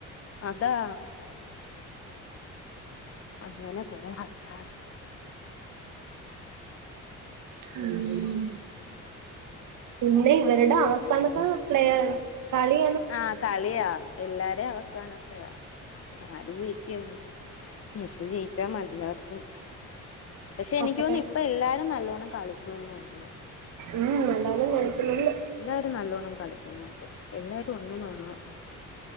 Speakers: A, on the left; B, on the right.
A: അതാ അങ്ങനെ കൊറെ ആൾ. <unintelligible>
B: ഉം. പിന്നെ ഇവര്ടെ അവസ്താനത്ത് പ്ലേ കളി
A: ആഹ് കളിയാ എല്ലാരേ അവസ്താനത്തെയ ആര് ജയി. <unintelligible> മെസ് ജയിച്ചാ മതിടർന്ന്. പക്ഷെ എനിക്ക്
B: അപ്പൊ
A: തോന്നുന്നു ഇപ്പ എല്ലാരും നല്ലോണ്ണം കളിക്കൂന്ന് തോന്നുന്നു.
B: ഉം നല്ലോണം കളിക്കുന്നുണ്ട്.
A: ല്ലാരും നല്ലോണം കളിക്കുന്നുണ്ട് എല്ലാരും ഒന്നിനൊന്ന് മെച്ചം.